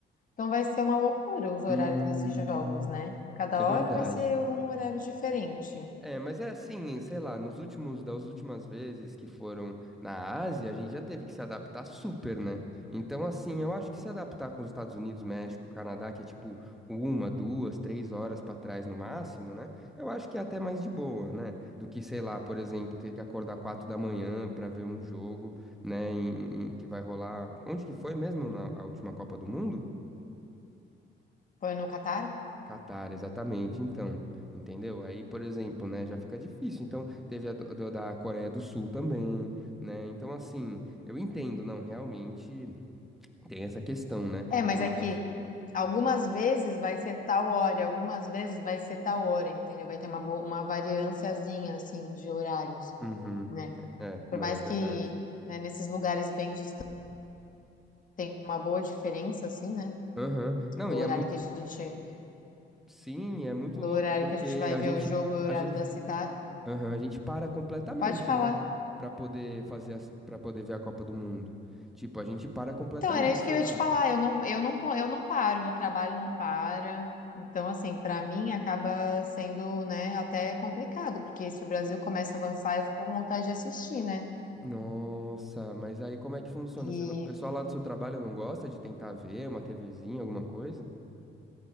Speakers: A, on the left (about 40°); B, in the centre.
A: Então vai ser uma loucura os horários
B: Hum,
A: desses jogos, né? Cada
B: é verdade.
A: hora vai ser um horário diferente.
B: É, mas é assim, sei lá, nos últimos, das últimas vezes que foram na Ásia, a gente já teve que se adaptar super, né? Então, assim, eu acho que se adaptar com os Estados Unidos, México, Canadá, que é tipo uma, duas, três horas pra trás no máximo, né? Eu acho que é até mais de boa, né? Do que, sei lá, por exemplo, ter que acordar quatro da manhã pra ver um jogo, né? em- em- que vai rolar. Onde que foi mesmo na a última Copa do Mundo?
A: Foi no Catar?
B: Catar, exatamente. Então, entendeu? Aí, por exemplo, né, já fica difícil. Então, teve a do- do- da Coreia do Sul também, né? Então, assim, eu entendo, não, realmente tem essa questão, né?
A: É, mas
B: Mas,
A: é que algumas vezes vai ser tal hora, algumas vezes vai ser tal hora, entendeu? Vai ter uma, bo- uma variânciazinha, assim, de horários,
B: uhum,
A: né?
B: é,
A: Por
B: não,
A: mais
B: é verdade.
A: que, né, nesses lugares bem distantes tem uma boa diferença, assim, né?
B: Aham. Não,
A: Do
B: e
A: horário
B: é muito,
A: que a gente,
B: sim, é muito
A: do
B: louco
A: horário
B: porque
A: que a gente vai
B: a
A: ver
B: gente,
A: o jogo e o
B: a
A: horário
B: gente,
A: da cidade.
B: aham, a gente para completamente,
A: Pode falar.
B: né? Pra poder fazer, para poder ver a Copa do Mundo. Tipo, a gente para completamente,
A: Então, era isso que
B: sei
A: eu ia
B: lá.
A: te falar. Eu não, eu não, co- eu não paro, meu trabalho não para. Então, assim, para mim acaba sendo, né, até complicado, porque se o Brasil começa a avançar, eu fico com vontade de assistir, né?
B: Nossa, mas aí como é que funciona?
A: E
B: Você não- O pessoal lá do seu trabalho não gosta de tentar ver uma TVzinha, alguma coisa?